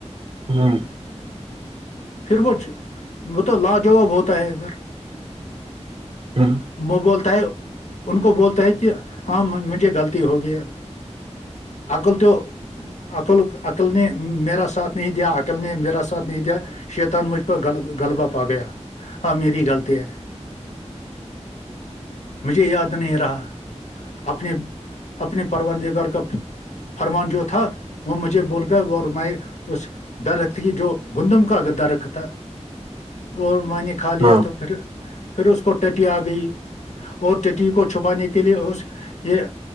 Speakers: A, on the right; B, on the left.
A: ہاں
B: پھر وہ چ وہ تو لاجواب ہوتا ہے ادھر
A: ہ ہ
B: وہ بولتا ہے ان کو بولتا ہے کہ ہاں مجھے غلط ہو گیا اکل تو عقل عقل نے میرا ساتھ نہیں دیا عقل نے میرا ساتھ نہیں دیا شیتان مجھ پر گل گغلبہ پا گیا ہاں میری غط ہے مجھے یاد نہیں رہا اپنی اپنے پربانندگرار کا فرمان جو تھا وہ مجھے بول کر اور میں اس در رخت کی جو گندم کا گدا رت تھا اور منی کھا لیا
A: ہاں
B: تو پھر پھر اس کو ٹٹی آگ گئی اور ٹی کو چھپانے کے لیئے اس یہ